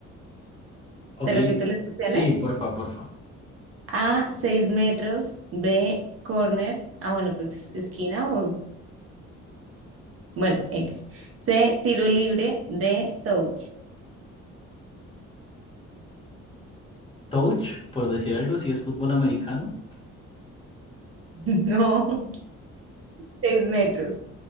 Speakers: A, on the right; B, on the left.
A: Te
B: Ok,
A: repito las opciones.
B: sí, porfa, porfa.
A: A, 6 metros. B, corner. Ah, bueno, pues esquina o, bueno, X. C, tiro libre. D, touch.
B: Touch, por decir algo, si es fútbol americano.
A: <laughs> No, 6 metros.